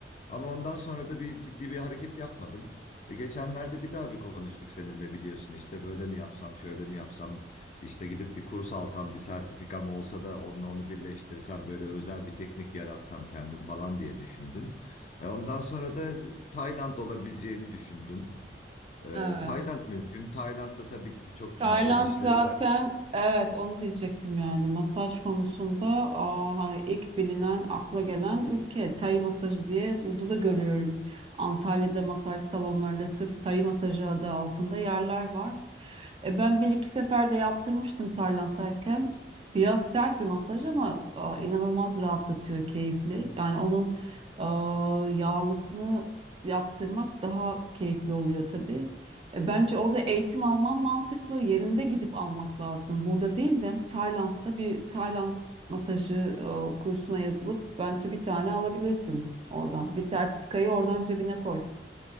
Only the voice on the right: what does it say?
Evet.
Tayland
zaten
evet onu diyecektim yani masaj konusunda aa, hani ilk bilinen akla gelen ülke Tay masajı diye burada da görüyorum. Antalya'da masaj salonlarında sırf Tay masajı adı altında yerler var. E, ben bir iki sefer de yaptırmıştım Tayland'dayken. Biraz sert bir masaj ama aa, inanılmaz rahatlatıyor, keyifli. Yani onun aa, yağlısını yaptırmak daha keyifli oluyor tabii. E, Bence orada eğitim alman mantıklı. Yerinde gidip almak lazım. Burada değil de Tayland'da bir Tayland masajı e, kursuna yazılıp bence bir tane alabilirsin oradan. Bir sertifikayı oradan cebine koy.